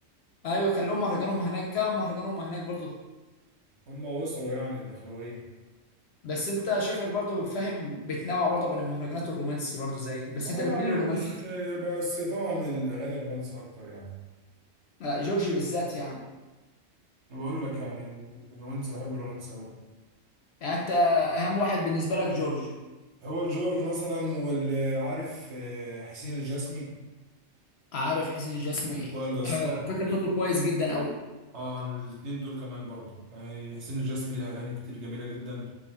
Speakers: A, on the left (about 60°); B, on the right (about 60°).
A: ايوه كان لهم مهرجانهم هناك كان مهرجانهم هناك برضه
B: هم وصلوا يعني الدخلويه
A: بس انت شكلك برضه بتفهم بتنوع برضه بين المهرجانات والرومانسي برضه زي بس
B: اه
A: انت بتميل
B: يعني
A: للرومانسي
B: مش
A: اكتر
B: بس طبعا الاغاني الرومانسي اكتر يعني
A: آه، جورج بالذات يعني
B: انا بقول لك يعني الرومانسي بحب الرومانسي قوي
A: يعني انت اهم واحد بالنسبة لك جورج
B: هو جورج مثلا واللي عارف آه، حسين الجسمي
A: عارف حسين الجسمي
B: عارف وائل جسار
A: آه، فكرة صوته كويس جدا أوي
B: اه الاتنين دول كمان برضو يعني حسين الجسمي ليه اغاني كتير جميله جدا